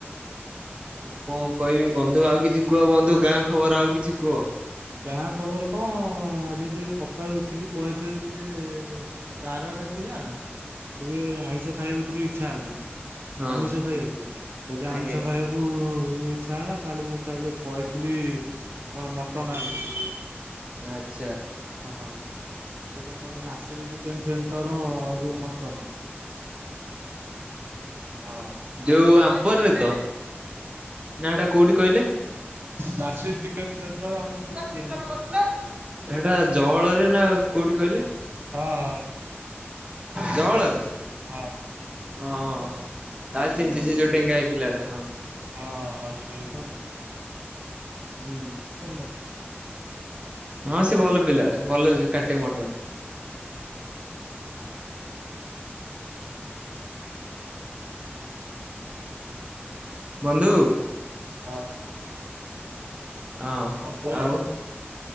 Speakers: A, on the right (about 25°); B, on the right (about 60°).
A: ଆଉ କଣ କହିବି ବନ୍ଧୁ? ଆଉ କିଛି କୁହ ବନ୍ଧୁ। ଗାଁ ଖବର ଆଉ କିଛି କୁହ।
B: ଗାଁ ଖବର କଣ? ଆଜି ଟିକେ ସକାଳୁ ଉଠିକି ପଳେଇଥିଲି ଟିକେ। ବାର ଟା ଥିଲା ନା। ଟିକେ ଆଇଁଷ ଖାଇବାକୁ ଟିକେ ଇଚ୍ଛା ହେଲା।
A: ହଁ
B: ଆମିଷ ଖାଇବାକୁ। ଯଦି
A: ଆଜ୍ଞା
B: ଆମିଷ ଖାଇବାକୁ ଇଚ୍ଛା ହେଲା। ତା ହେଲେ ମୁଁ ତା ହେଲେ ପଳେଇଥିଲି ଆମର ମଟନ ଆଣବାକୁ।
A: ଆଚ୍ଛା।
B: ସେ ଟା ଆମର ମାର୍ସିଜ୍ ଚିକେନ୍ ସେଣ୍ଟର ଯୋଉ ମଟନ। ହଁ
A: ଯୋଉ ଆମ୍ପରରେ ତ ନାଁ ଏଟା କୋଉଠି କହିଲେ?
B: ନାସିର ଚିକେନ ସେଣ୍ଟର ଆମର ହଉଛି ବେଲୁଦା
A: ସେଟା ଜଅଁଳରେ ନା କୋଉଠି କହିଲେ?
B: ହଁ।
A: ଜଆଁଳରେ
B: ହଁ।
A: ଓଁ ହୋ ହଁ ହଁ ତା ହେଲେ ଚିିହିଁଚି ସେ ଯୋଉ ଡେଙ୍ଗା ହେଇ ପିଲାଟା। ହଁ।
B: ଆ ସେଇ ତ ଆଉ।
A: ହୁଁ।
B: ମତେ
A: ହଁ ସେ ଭଲ ପିଲାଟା ଭଲ ଟା। ଭଲ ସେ କାଟେ ମଟନ। ବନ୍ଧୁ
B: ହଁ।
A: ହଁ
B: କଣ କୁହ
A: ଆଉ।